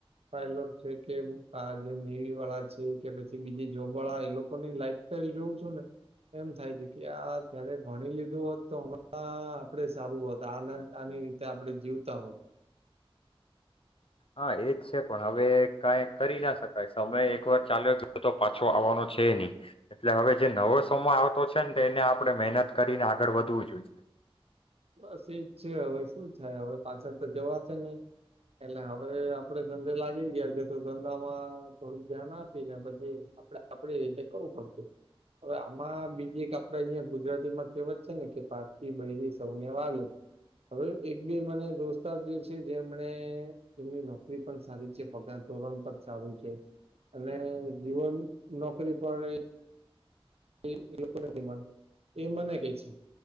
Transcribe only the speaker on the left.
હા એજ છે પણ હવે કઈ કરી ના શકાય સમય એક વાર ચાલ્યો તો પાછો આવવાનો છે નહી, એટલે હવે જે નવો સમય આવતો છે ને તો એને આપણે મહેનત કરીને આગળ વધવું જોઈશે.